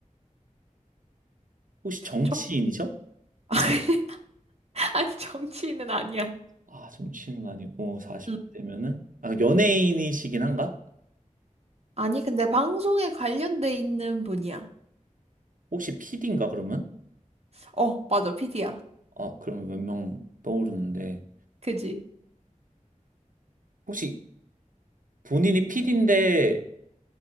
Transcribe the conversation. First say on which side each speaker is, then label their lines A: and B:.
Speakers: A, on the right; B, on the right.
A: 혹시 정치인이죠?
B: 쪽, <laughs> <laughs> 아니, 정치인은 아니야.
A: 아, 정치인은 아니고 40대면은
B: 응.
A: 아, 연예인이시긴 한가?
B: 아니, 근데 방송에 관련돼 있는 분이야.
A: 혹시 PD인가 그러면?
B: 어, 맞아, PD야.
A: 아, 그러면 몇 명 떠오르는데
B: 그지?
A: 혹시 본인이 PD인데